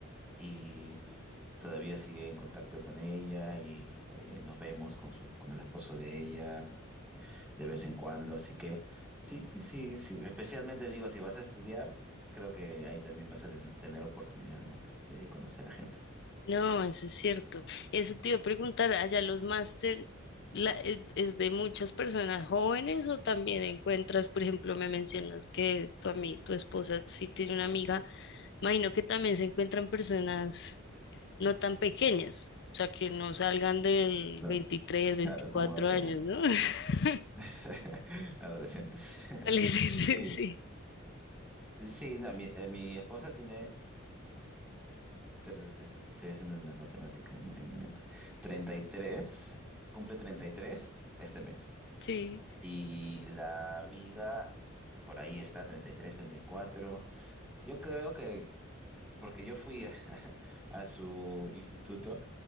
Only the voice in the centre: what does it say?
y todavía sigue en contacto con ella y eh, nos vemos con su, con el esposo de ella y de vez en cuando. Así que sí, sí, sí, sí. Especialmente digo, si vas a estudiar, creo que ahí también vas a ten- tener oportunidad, ¿no? De, de conocer a gente.
No,
Claro, como que
<laughs> adolescentes. <laughs>
Sí,
sí, no, mi, eh, mi esposa tiene tre- es- estoy haciendo la matemática en mi, en mi mente. treinta y tres cumple 33 este mes.
Y la amiga, por ahí está, treinta treinta y tres treinta y cuatro Yo creo que, porque yo fui a, <laughs> a su instituto